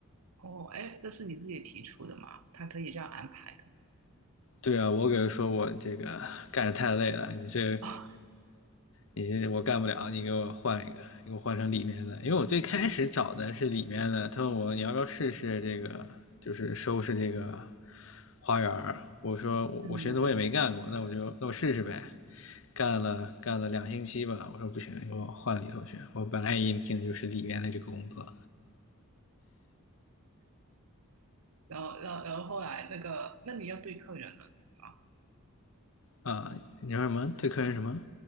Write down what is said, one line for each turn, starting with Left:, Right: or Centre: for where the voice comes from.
Right: 哦，哎，这是你自己提出的吗？他可以这样安排的
Left: 对啊，我给他说我这个干着太累了，你这
Right: 啊
Left: 你我干不了，你给我换一个，你给我换成里面的，因为我最开始找的是里面的，他问我你要不要试试这个，就是收拾这个花园我说我我寻思我也没干过，
Right: <laughs>，嗯，
Left: 那我就那我试试呗，干了干了两星期吧，我说不行，给我换里头去，我本来也应聘的就是里面的这个工作
Right: 然后然后然后后来那个，那你要对客人了，对吗？
Left: 啊，你说什么对客人什么